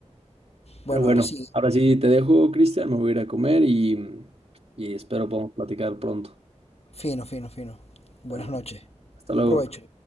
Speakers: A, on the left; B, on the right.
A: Bueno,
B: Pero bueno,
A: ahora sí.
B: ahora sí te dejo, Cristian, me voy a ir a comer y, y espero podamos platicar pronto.
A: Fino, fino, fino. Buenas
B: Perfecto.
A: noches.
B: Hasta
A: Buen
B: luego.
A: provecho.